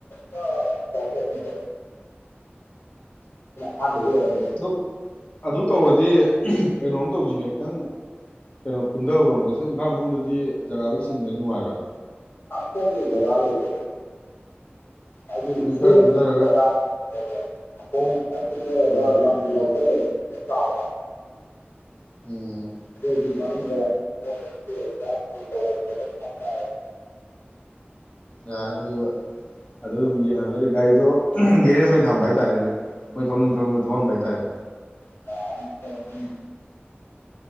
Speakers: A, on the left; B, on the left.
A: ꯐꯖꯅ ꯊꯇꯧꯁꯟꯒꯤꯕ ꯍꯥꯟ <unintelligible>
B: ꯑꯗꯣ ꯑꯗꯨ ꯇꯧꯔꯗꯤ ꯀꯩꯅꯣꯝ ꯇꯧꯁꯤꯅꯦ ꯈꯤꯇꯪ ꯀꯩꯅꯣ ꯀꯨꯝꯊꯕꯔꯣꯝꯗ ꯑꯁꯨꯝ ꯏꯝꯐꯥꯜ ꯃꯅꯨꯡꯗꯗꯤ ꯖꯒꯥꯗꯨ ꯆꯤꯟꯕꯅꯤꯅ ꯅꯨꯡꯉꯥꯏꯔꯣꯏ
A: ꯀ ꯖꯒꯥ ꯂꯩꯇꯦ <unintelligible> ꯍꯥꯏꯗꯤ ꯏꯗꯤ
B: ꯑꯗꯨ ꯈꯔ ꯀꯨꯝꯊꯔꯒ
A: ꯄꯖꯥꯎ <unintelligible> ꯑꯣꯝ ꯈꯤꯇꯪꯁꯤ ꯂꯩꯔꯒ
B: ꯎꯝ
A: ꯂꯝꯕꯤ ꯂꯧꯁꯤꯜꯂꯒ ꯆꯥꯎꯅ <unintelligible>
B: ꯎꯝ
A: ꯑꯗꯨꯒꯤ ꯃꯅꯨꯡꯗ <unintelligible>
B: ꯌꯥꯔꯦ ꯑꯗꯨꯒ ꯑꯗꯨ ꯑꯗꯨꯝ ꯌꯦꯡꯍꯜꯂꯗꯤ ꯒꯥꯔꯤꯗꯣ ꯒꯦꯔꯦꯖ ꯑꯣꯏꯅ ꯊꯝꯕ ꯍꯥꯏꯇꯥꯔꯦꯅꯦ ꯃꯣꯏ ꯊꯧꯅꯤꯡ ꯊꯧꯅꯤꯡꯕ ꯊꯧꯍꯟꯕ ꯍꯥꯏꯇꯥꯔꯦ
A: <unintelligible>